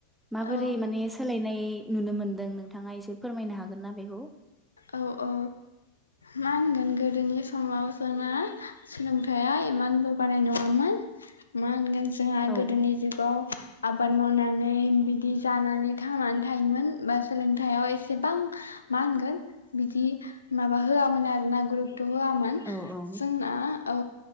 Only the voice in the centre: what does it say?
माबोरै
माने सोलायनाय नुनो मोनदों नोंथाङा एसे फोरमायनो हागोन ना बेखौ
औ
औ औ